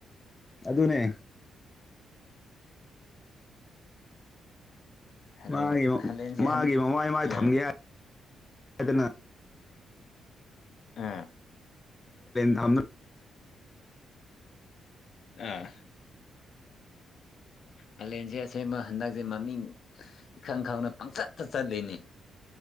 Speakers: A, on the left; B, on the left.
A: ꯑꯗꯨ ꯑꯗꯨꯅꯦ
B: ꯍꯂꯦꯟ
A: ꯃꯥꯒꯤ
B: ꯍꯂꯦꯟꯁꯦ
A: ꯃꯥꯒꯤ
B: ꯍꯟ
A: ꯃꯃꯥꯏ ꯃꯥꯏ
B: ꯑꯥ
A: ꯊꯝꯒꯦ ꯍꯥꯏ ꯍꯥꯏꯗꯅ
B: ꯑꯥ
A: ꯊ
B: ꯑ ꯍꯂꯦꯟꯁꯦ ꯑꯁꯦꯡꯕ ꯍꯟꯗꯛꯁꯦ ꯃꯃꯤꯡ ꯏꯈꯪ ꯈꯪꯅ ꯄꯪꯆꯠꯇ ꯆꯠꯂꯤꯅꯤ